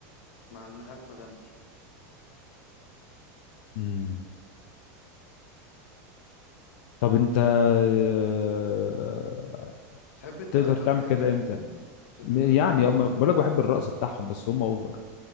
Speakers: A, on the left; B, on the left.
A: مع المهاتما غاندي
B: مم. طب انت آه،
A: بتحب انت
B: تقدر
A: الافلام
B: تعمل
A: الهندي
B: كده امتى
A: انت بتحب
B: يعني
A: الافلام
B: اما بقول لك بحب الرقص بتاعهم بس هم اوفر